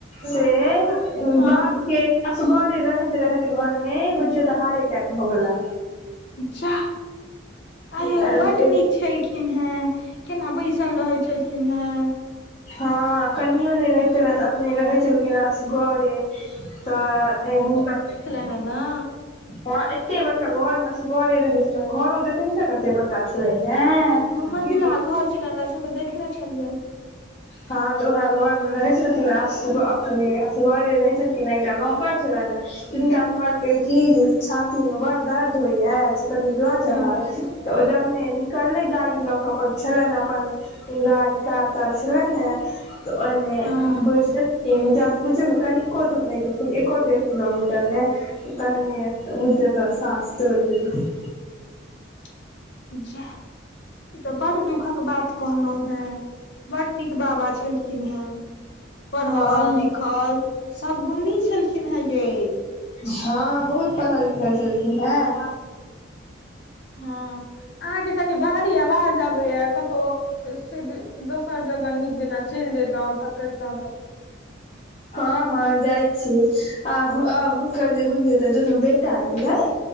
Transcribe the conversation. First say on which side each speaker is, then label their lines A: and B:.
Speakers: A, on the left; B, on the left.
A: से
B: कथी हँ
A: बाप के असगरे रहैत रहैत घर मे बुझियौ तऽ हार्ट अटैक भऽ गेले
B: जाह आ यौ
A: हँ
B: बड्ड नीक छलखिन हेँ केना बैसल रहैत छलखिन हेँ
A: हँ कनीयों नहि रहै छलनि अपने रहै छलखिन असगरे तऽ हुनकर त -
B: हय न
A: हँ एतेक बड़का घरमे असगरे रहै छखिन घर देख नहि छिय कतेक बड़का गाछ लैन हेंय
B: दू मंजिला घर छलन ने से तऽ देख देखने छलियन
A: हँ तऽ उएह घरमे रहै छलखिन अपने असगरे रहै छलखिन एकटा नौकर छलनि हय तिनका कहलकै कि जे छातीमे बड़ दर्द होइएा से कनि लऽ चलअ
B: हँ
A: तऽ ओ जहने निकलले गाड़ी लऽ के छलनि अपन गाड़ी कार तार छलनि हेन त तऽ ओहिमे
B: हँ
A: बैसल खिन बुझियौ ने कनिको दूर नहि गेलखिन एको डेढ़ किलोमीटर ने तने बुझयो त साँस तोरि लेलखिन
B: <unintelligible> जाह ई तऽ बड़ दुःखक बात कहलहुं हें बड नीक बाबा छलखिन हेँ पढ़ल
A: हँ
B: लिखल
A: हँ
B: सब गुनी छलखिन हे गे
A: हँ बहुत पढ़ल लिखल छलखिन हेन
B: हँ अहाँके कनि बाहरी आवाज आबैय क तो से दोसर जगह नीक जेना चलि जतहु ओतऽ करितऽ तऽ
A: हँ हँ जाइ छी आ हुनकर जे बुझियऔ त दुनू बेटा एललैय